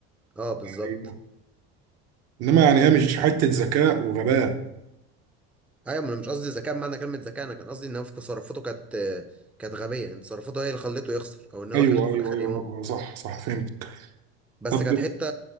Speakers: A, in the centre; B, on the right.
A: آه بالظبط
B: أيوة. انما يعني هي مش حته ذكاء وغباء
A: ايوه ما انا مش قصدي ذكاء بمعنى كلمه ذكاء انا كان قصدي ان هو في تصرفاته كانت كانت غبيه يعني تصرفاته هي اللي خلته يخسر او ان هو
B: ايوه
A: خلته
B: ايوه
A: في الاخر
B: ايوه
A: يموت
B: صح صح فهمت
A: بس
B: طب
A: كانت حته